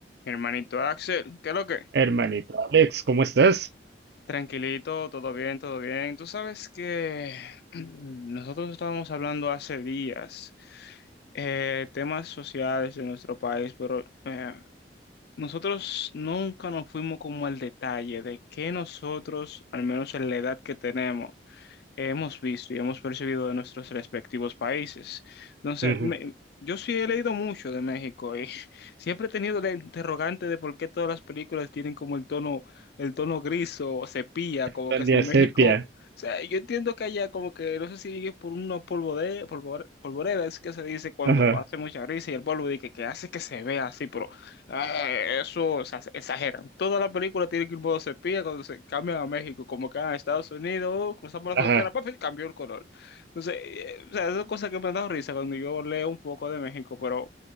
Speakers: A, on the left; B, on the right.
A: Mi hermanito Axel, ¿qué es lo que?
B: Hermanito Alex, ¿cómo estás?
A: Tranquilito, todo bien, todo bien. Tú sabes que <clears throat> nosotros estábamos hablando hace días eh, temas sociales de nuestro país, pero eh, nosotros nunca nos fuimos como al detalle de que nosotros, al menos en la edad que tenemos, hemos visto y hemos percibido de nuestros respectivos países. Entonces,
B: Ujú.
A: me- yo sí he leído mucho de México y <laughs> siempre he tenido la interrogante de por qué todas las películas tienen como el tono, el tono gris o sepia, como
B: Tania
A: que si México,
B: Sepia.
A: o sea, yo entiendo que allá como que no sé si es por una polvoreda, polvoreda es que se dice cuando
B: Ajá,
A: hace mucha risa y el polvo dice que, que hace que se vea así, pero Ah, eso, o sea, exageran. Toda la película tiene que ir en modo sepia cuando se cambian a México, como que a Estados Unidos, oh, cruzamos la frontera,
B: ajá,
A: papi, cambió el color. Entonces, eh, o sea, esas cosas que me han dado risa cuando yo leo un poco de México, pero